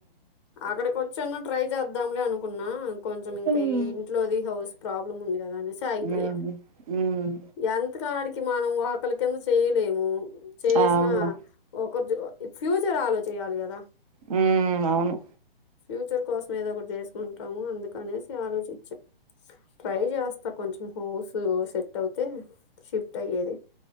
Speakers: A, on the left; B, on the right.
A: అక్కడికి వచ్చన్న ట్రై చేద్దాంలే అనుకున్నా కొంచం ఇంకా
B: మ్మ్
A: ఇంట్లోది హౌస్ ప్రాబ్లమ్ ఉంది కదా అనే సి ఆగిపోయా
B: మ్మ్ మ్మ్
A: ఎంత కాడి మనం ఒతల కింద చేయలేము చేసిన
B: అవును
A: ఒక ఫ్యూచర్ ఆలో చేయాలి కదా
B: మ్మ్ అవును
A: ఫ్యూచర్ కోసం ఏదోకటి చేసుకుంటాము అందు అ ఆలోచించా ట్రై చేస్తా కొంచం హోస్ సెట్ అవుతే షిఫ్ట్ ఆయ్యేది